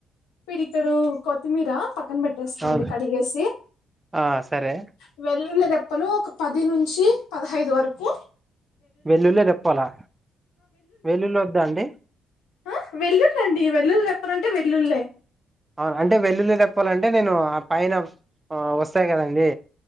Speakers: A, on the left; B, on the right.
A: పిడికెడు కొత్తిమీర పక్కన పెట్టేసు కోండి
B: అవును
A: కడిగేసి
B: ఆ సరే
A: ఇ వెళ్ళల్లి రెప్పలు ఒక పది నుంచి పదహైదు వర కు
B: వెల్లుల్లి రెప్పలా వెల్లుల్లి వద్దా అండి
A: ఆ వెల్లుళ్ళండి వెల్లుల్లి రెప్పలంటే వెల్లుళ్లే
B: అవును అంటే వెల్లుల్లి రెప్పలంటే నేను ఆ పైన అ వస్తాయి కదండి